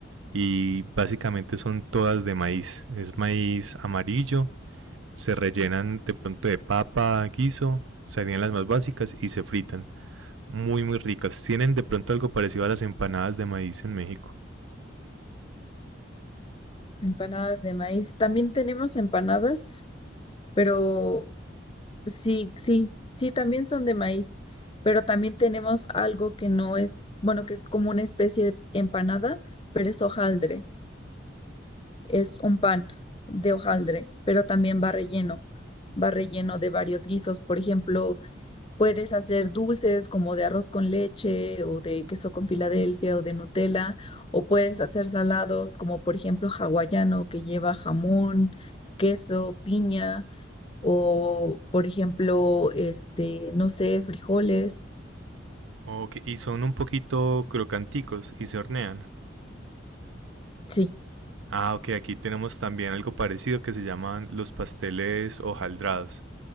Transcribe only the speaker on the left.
Empanadas de maíz. También tenemos empanadas, pero sí, sí, sí, también son de maíz. Pero también tenemos algo que no es, bueno, que es como una especie de empanada, pero es hojaldre. Es un pan de hojaldre, pero también va relleno. Va relleno de varios guisos. Por ejemplo, Puedes hacer dulces como de arroz con leche o de queso con Filadelfia o de Nutella, o puedes hacer salados como por ejemplo hawaiano que lleva jamón, queso, piña o por ejemplo, este, no sé, frijoles.
Sí,